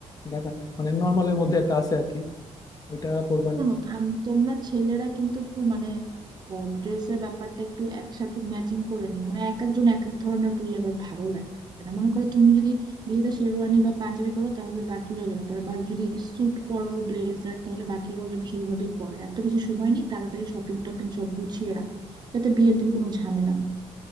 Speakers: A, on the left (about 30°); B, on the right (about 35°).
A: দেখা যাক মানে নর্মালের মধ্যে একটা আছে আর কি ওইটা পরবো
B: শোনো আম- তোমরা ছেলেরা কিন্তু একটু মানে ড্রেসের ব্যাপারটা একটু একসাথে ম্যাচিং করে নিও মানে এক একজন এক এক ধরনের পরলে আবার ভালো লাগে মানে মনে করো তুমি যদি বিয়েতে শেরওয়ানি বা পাঞ্জাবি পরো তাহলে বাকিরাও যেন পরে বা যদি স্যুট পরো ব্লেজার তাহলে বাকিরাও যেন সেইভাবেই পরে এত বেশি সময় নেই তাড়াতাড়ি শপিং টপিং সব গুছিয়ে রাখো যাতে বিয়ের দিন কোনো ঝামেলা না হয়।